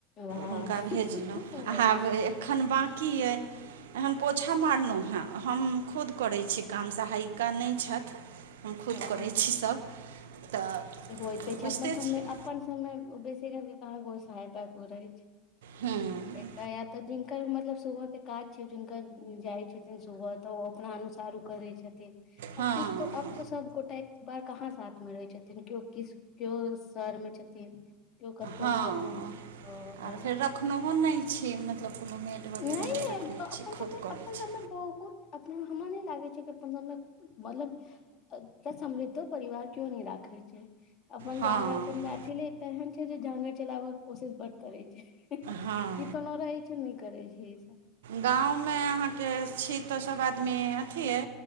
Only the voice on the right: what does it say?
हुनका भेजलहुँ
आब
खन बाकी अइ। तहन पोछा मारलौ हेँ हम खुद करै छी काम सहायिका नय छथ। हम खुद
करै
छी सब। तऽ
बुझिते
छी
हँ
हँ
हँ
हँ
आर
फेर
रखनहो नहि छी मतलब कोनो मेड वगैरह
नहि
रखने
छी
खुद करै
छी
हँ
हँ
गाँव में आहाँके छी तऽ सब आदमी अथिये।